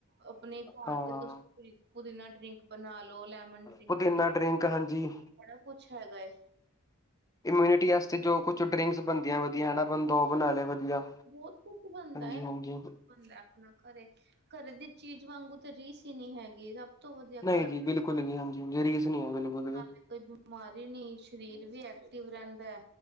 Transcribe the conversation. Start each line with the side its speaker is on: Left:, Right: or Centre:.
Right: ਆਪਣੇ ਘਰ
Left: ਹਾਂ
Right: ਤੇ ਤੁਸੀ ਪੁਦੀਨਾ ਡਰਿੰਕ ਬਣਾ ਲੋ, ਲੈਮਨ ਡਰਿੰਕ
Left: ਪੁਦੀਨਾ
Right: ਬਣਾ ਲੋ
Left: ਡਰਿੰਕ ਹਾਂਜੀ
Right: ਬੜਾ ਕੁਛ ਹੈਗਾ ਏ।
Left: ਇਮਿਊਨਿਟੀ ਵਾਸਤੇ ਜੋ ਕੁਛ ਡਰਿੰਕਸ ਬਣਦੀਆਂ ਵਧੀਆ ਹਨਾ ਬੰਦਾ ਉਹ ਬਣਾ ਲਏ ਵਧੀਆ।
Right: ਬਹੁਤ ਕੁਛ ਬਣਦਾ,
Left: ਹਾਂਜੀ ਹਾਂਜੀ
Right: <unintelligible> ਆਪਣਾ ਘਰੇ, ਘਰੇ ਦੀ ਚੀਜ਼ ਵਾਂਗੂ ਤਾਂ ਰੀਸ ਈ ਨੀ ਹੈਗੀ ਆਪ- ਸਭ ਤੋਂ ਵਧੀਆ
Left: ਨਹੀਂ
Right: ਘਰ,
Left: ਜੀ ਬਿਲਕੁਲ ਵੀ ਹਾਂਜੀ ਹਾਂਜੀ ਰੀਸ ਨਹੀਂ ਹੈ ਬਿਲਕੁਲ ਵੀ
Right: ਨਾਲੇ ਕੋਈ ਬੀ- ਬਿਮਾਰੀ ਨੀ ਸਰੀਰ ਵੀ ਐਕਟਿਵ ਰਹਿੰਦਾ।